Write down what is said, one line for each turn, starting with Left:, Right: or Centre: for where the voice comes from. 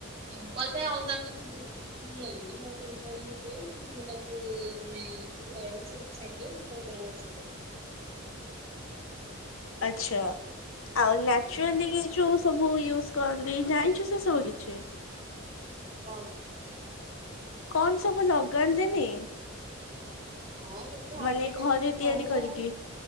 Right: ପିମ୍ପଲ ପାଇଁ ଅଲଗା କୁ ତାକୁ ତମେ କିଛି କହିବନାହିଁ ସେମିତି ଛାଡିଦିଅ ସେତାର ଯାହେଉ ଛି ହେଉ।
Left: ଆଚ୍ଛା। ଆଉ ନ୍ୟଚୁରାଲି
Right: ହୁଁ
Left: ଯୋଉ ସବୁ ୟୁଜ କରନ୍ତି ଜାଣିଛୁ ସେ ସବୁ କିଛି?
Right: ହଁ।
Left: କଣ ସବୁ ଲଗାନ୍ତିନି
Right: ହଁ ସେମିତି ହଳଦୀ
Left: ମାନେ
Right: ବେସନ
Left: ଘରେ ତିଆରି
Right: ମହୁ
Left: କରିକି?